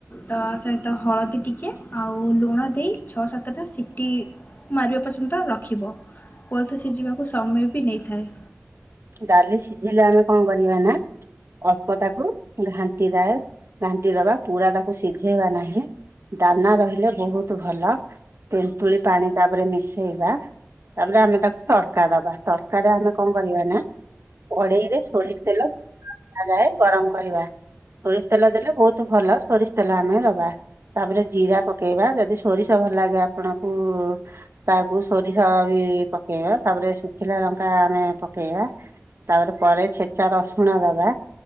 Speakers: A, on the left (about 40°); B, on the right (about 60°).
A: ତା ସହିତ ହଳଦୀ ଟିକେ ଆଉ ଲୁଣ ଦେଇ ଛଅ ସାତ ତଟା ସିଟି ମାରିବା ପର୍ଯ୍ୟନ୍ତ ରଖିବ କୋଲଥ ସିଝିବାକୁ ସମୟ ବି ନେଇଥାଏ।
B: ଡାଲି ସିଝିଲେ ଆମେ କଣ କରିବା ନା ଅଳ୍ପ ତାକୁ ଘାଣ୍ଟି ଦିଏ ଘାଣ୍ଟି ଦବା ପୁରା ତାକୁ ସିଝେଇବା ନାହିଁ। ଦାନା ରହିଲେ ବହୁତ ଭଲ ତେନ୍ତୁଳି ପାଣି ତାପରେ ମିଶେଇବା ତାପରେ ଆମେ ତାକୁ ତଡ଼କା ଦବା ତରକରେ ଆମେ କଣ କରିବା ନା କଢେଇ ରେ ସୋରିଷ ତେଲ ତା ଯାଏ ଗରମ କରିବା ସୋରିଷ ତେଲ ଦେଲେ ବହୁତ ଭଲ ସୋରିଷ ତେଲ ଆମେ ଦବା ତାପରେ ଜିରା ପକେଇବା ଯଦି ସୋରିଷ ଭଲ ଲାଗେ ଆପଣଙ୍କୁ ତାକୁ ସୋରିଷ ବି ପକେଇବା ତାପରେ ଶୁଖିଲା ଲଙ୍କା ଆମେ ପକେଇବା। ତାପରେ ପରେ ଛେଚା ରସୁଣ ଦବା